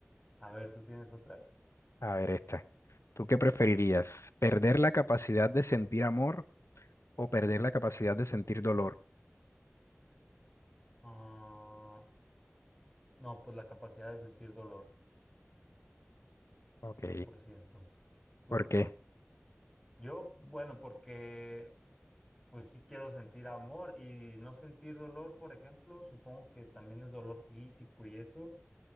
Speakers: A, in the centre; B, on the left.
A: A ver, ¿tú tienes otra?
B: A ver esta. ¿Tú qué preferirías? ¿Perder la capacidad de sentir amor o perder la capacidad de sentir dolor?
A: Ah, no, pues la capacidad de sentir dolor,
B: Ok,
A: 100%. ¿Tú?
B: ¿por qué?
A: Yo, bueno, porque pues sí quiero sentir amor y no sentir dolor, por ejemplo, supongo que también es dolor físico y eso.